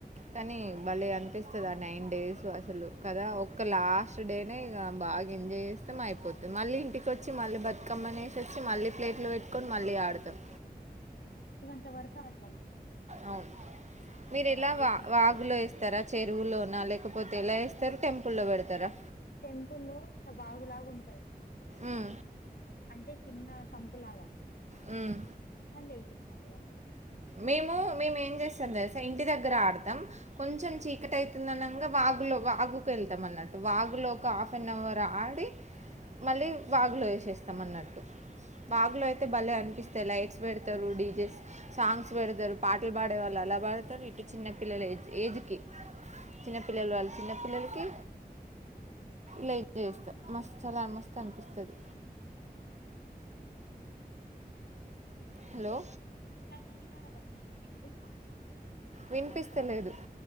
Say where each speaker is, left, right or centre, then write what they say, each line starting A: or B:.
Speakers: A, on the right (about 45°); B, on the left (about 70°).
A: కానీ బలే అనిపిస్తది అ నైన్ డేస్ అసలు కదా ఒక్క లాస్ట్ డేనే ఇగా బాగా ఎంజాయ్ చేస్తాం అయిపోతది మళ్ళీ ఇంటికి వచ్చి మళ్ళీ బతుకమ్మని తెచ్చి మళ్ళీ ప్లేట్ల పెట్టుకొని మళ్ళీ ఆడతాం
B: అంతవరకు ఆడతం
A: అవును మీరు ఎలా
B: చేసినం
A: వా
B: అనుకో
A: వాగులో ఏస్తారా చెరువులోనా లేకపోతే ఎలా ఏ స్తారు టెంపుల్లో పెడతారా
B: టెంపుల్ లో ఇల వాగులాగా ఉం
A: ఉమ్
B: అంటే చిన్న సంపులాగా
A: ఉమ్
B: అండ్ల ఏసేస్తం ఇగా
A: మేము మేము ఏం చేస్తాం తెలు ఇంటి దగ్గర ఆడతాం కొంచెం చీకటి అయితుంది అనంగా వాగులో వాగుకు ఎళ్తాం అన్నట్టు వాగు లో ఒక హాఫ్ అన్ అవర్ ఆడి మళ్ళీ వాగులో వేసేస్తాం అన్నట్టు వాగులో అయితే భలే అనిపిస్త ది లైట్స్ బెడుతరు డిజే స్ సాంగ్స్ పెడుతరు పాటలు పాడేవాళ్ళు అలా పాడతారు ఇటు చిన్నపిల్లల ఏ ఏజ్కి చిన్నపిల్లలు వాళ్ళు చిన్నపిల్లలకి లైక్ చేస్తా మస్త్ చాలా మస్తు అనిపిస్తది హలో
B: కానీ ఇగా ఇప్పుడు మా వచ్చే
A: వినిపిస్తలేదు
B: నెల స్టార్ట్ అయింది